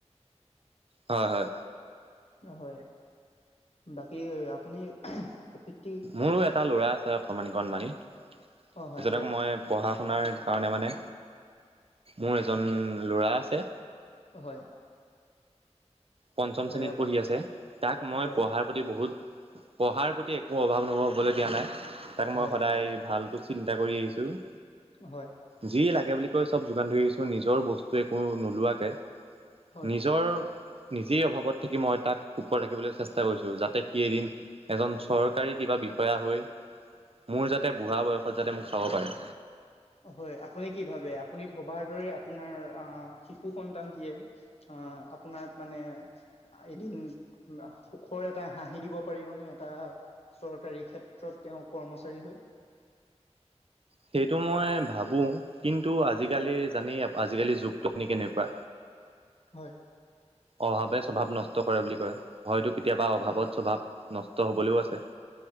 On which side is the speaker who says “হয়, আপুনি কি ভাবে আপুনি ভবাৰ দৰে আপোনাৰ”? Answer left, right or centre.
Left